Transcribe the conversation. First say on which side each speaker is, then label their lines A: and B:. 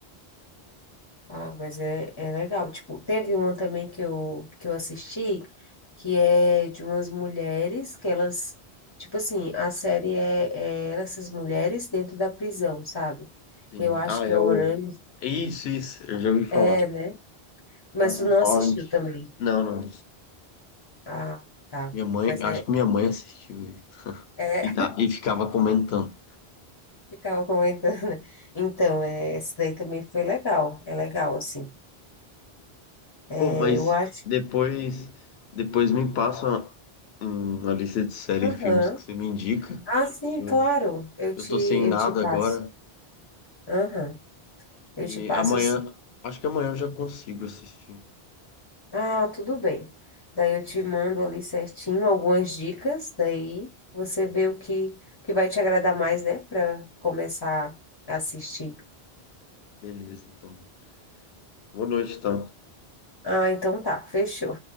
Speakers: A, on the left; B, on the left.
A: Ah, mas é, é legal. Tipo, teve uma também que eu, que eu assisti, que é de umas mulheres que elas, tipo assim, a série é, é essas mulheres dentro da prisão, sabe?
B: sim.
A: Eu acho
B: Ah,
A: que
B: é
A: é Orange,
B: o... Isso, isso, eu já ouvi falar.
A: é, né? Mas
B: Aham.
A: tu não
B: Orange.
A: assistiu também.
B: Não, não.
A: Ah, tá.
B: Minha mãe,
A: Mas
B: acho
A: é,
B: que minha mãe assistiu isso.
A: é,
B: E, tá, e ficava comentando.
A: <laughs> ficava comentando. né? Então, é, essa daí também foi legal. É legal, assim. É,
B: Pô, mas
A: eu acho.
B: depois, depois me passa uma, uma lista de série
A: Aham.
B: e filmes que você me indica.
A: Ah, sim,
B: Eu,
A: claro. Eu
B: eu
A: te,
B: tô
A: eu
B: sem nada
A: te passo.
B: agora.
A: Aham. Eu
B: E
A: te passo
B: amanhã,
A: assim.
B: acho que amanhã eu já consigo assistir.
A: Ah, tudo bem. Daí eu te mando ali certinho algumas dicas, daí você vê o que, o que vai te agradar mais, né, para começar a assistir.
B: Beleza, então. Boa noite, então.
A: Ah, então tá, fechou.